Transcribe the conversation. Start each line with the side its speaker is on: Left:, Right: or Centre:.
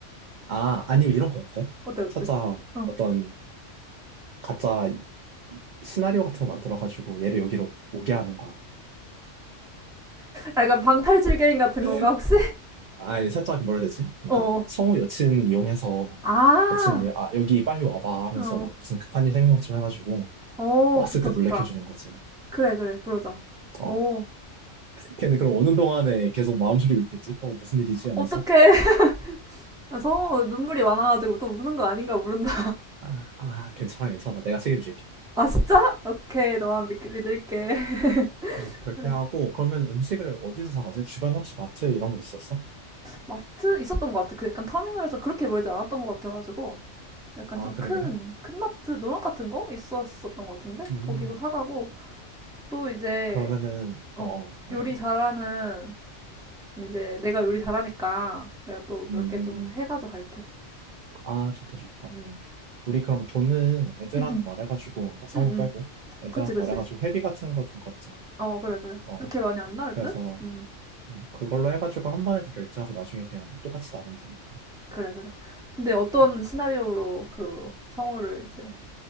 Right: 아, 아니면 이런 거 어때?
Centre: 어때 어때?
Right: 살짝
Centre: 어
Right: 어떤 가짜 이- 시나리오 같은 거 만들어가지고 얘를 여기로 오게 하는 거야.
Centre: 약간 방탈출 게임 같은
Right: <gasps>
Centre: 건가 혹시? <laughs>
Right: 아니, 살짝 뭐라 해야 되지? 그러니까,
Centre: 어
Right: 성우 여친 이용해서
Centre: 아,
Right: 여친이, 아, 여기 빨리 와봐 하면서
Centre: 어,
Right: 막 무슨 급한 일 생긴 것처럼 해가지고,
Centre: 어,
Right: 왔을
Centre: 좋다,
Right: 때 놀래켜
Centre: 좋다.
Right: 주는 거지.
Centre: 그래, 그래, 그러자.
Right: 어.
Centre: 어,
Right: 걔는 그럼 오는 동안에 계속 마음 졸이고 있겠지? 어, 무슨 일이지? 하면서.
Centre: 어떡해. <laughs> 성우 눈물이 많아가지고 또 우는 거 아닌가 모른다.
Right: 아, 아, 괜찮아, 괜찮아. 내가 책임질게.
Centre: <laughs> 아, 진짜? 오케이, 너만 믿, 믿을게. <laughs>
Right: 어, 그렇게
Centre: 그래.
Right: 하고 그러면 음식을 어디서 사가지? 주변에 혹시 마트 이런 거 있었어?
Centre: 마트 있었던 것 같아. 그 약간 터미널에서 그렇게 멀지 않았던 것 같아가지고. 약간
Right: 아,
Centre: 좀
Right: 그래,
Centre: 큰,
Right: 그래?
Centre: 큰 마트, 농협 같은 거? 있었었던 것 같은데?
Right: 음,
Centre: 거기서 사가고. 또 이제,
Right: 그러면은
Centre: 어,
Right: 어, 어, 말해봐.
Centre: 요리 잘하는, 이제 내가 요리 잘하니까 내가 또
Right: 음,
Centre: 몇 개 좀 해가지고 갈게.
Right: 아, 좋다, 좋다.
Centre: 응,
Right: 우리 그러면 돈은 애들한테
Centre: 응, 응,
Right: 말해가지고, 그러니까 성우
Centre: 응, 응.
Right: 빼고 애들한테
Centre: 그치, 그치.
Right: 말해가지고 회비 같은 거 좀 걷자.
Centre: 어, 그래, 그래.
Right: 어,
Centre: 그렇게 많이 안 나올
Right: 그래서
Centre: 듯? 응.
Right: 음, 그걸로 해가지고 한 번에 다 결제하고 나중에 그냥 똑같이 나누면 되니까.
Centre: 그래, 그래. 근데 어떤
Right: 음,
Centre: 시나리오로 그 성우를 이제